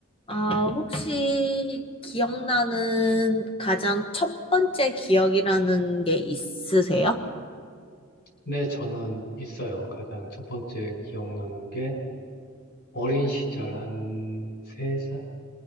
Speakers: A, on the left; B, on the left.
A: 아, 혹시 기억나는 가장 첫 번째 기억이라는 게 있으세요?
B: 네, 저는 있어요. 가장 첫 번째 기억나는 게 어린 시절 한 세살세살은